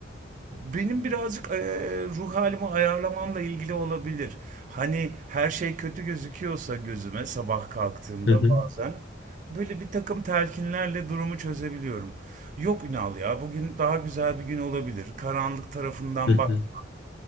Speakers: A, on the right; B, on the left.
A: Benim birazcık eee, ruh halimi ayarlamamla ilgili olabilir. Hani her şey kötü gözüküyorsa gözüme sabah kalktığımda
B: Hı hı,
A: bazen böyle bir takım telkinlerle durumu çözebiliyorum. Yok Ünal ya bugün daha güzel bir gün olabilir. Karanlık tarafından
B: hı hı.
A: bakma.